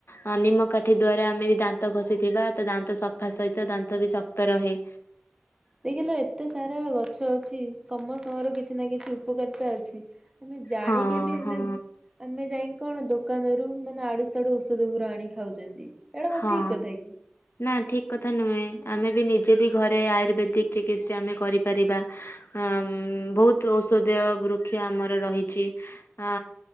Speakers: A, on the left; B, on the right.
A: ଆଁ ନିମକାଠି ଦ୍ଵାରା ଆମେ ଯଦି ଦାନ୍ତ ଘଷିଥିବା ତ ଦାନ୍ତ ସଫା ସହିତ ଦାନ୍ତ ବି ଶକ୍ତ ରହେ।
B: ଦେଖିଲ, ଏତେ ସାରା ଗଛ ଅଛି ସମସ୍ତଙ୍କର କିଛି ନା କିଛି ଉପକାରିତା ଅଛି। ଆମେ ଜାଣିକି
A: ହଁ
B: ବି ଆମେ
A: ହଁ
B: ଆମେ ଯାଇକି କଣ, ଦୋକାନରୁୁ ମାନେ ଆଡୁ ସାଡୁ ଔଷଧ ଗୁରା ଆଣି ଖାଉଛନ୍ତି। ଏଇଟା କଣ
A: ହଁ।
B: ଠିକ କଥା କି?
A: ନା ଠିକ୍ କଥା ନୁହେଁ। ଆମେ ବି ନିଜେ ବି ଘରେ ଆୟୁର୍ବେଦିକ ଚିକିତ୍ସା ଆମେ କରିପାରିବା। ଅଁ, ଉଁ, ବହୁତ ଔଷଧୀୟ ବୃକ୍ଷ ଆମର ରହିଛି। ଅ,